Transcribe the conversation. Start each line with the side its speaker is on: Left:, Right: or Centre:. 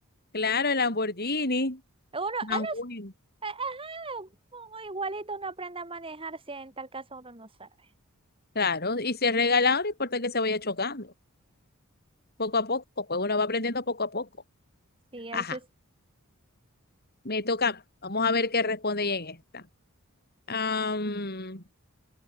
Left: Claro, el Lamborghini,
Right: Uno, uno
Left: más
Right: es-
Left: bueno.
Right: eh, ajá, uno igualito uno aprende a manejar si en tal caso uno no sabe.
Left: Claro, y si es regalado, no importa que se vaya chocando, poco a poco, pues uno va aprendiendo poco a poco.
Right: Sí, él
Left: Ajá,
Right: se... <laughs>
Left: me toca, vamos a ver qué responde ella en esta. Am,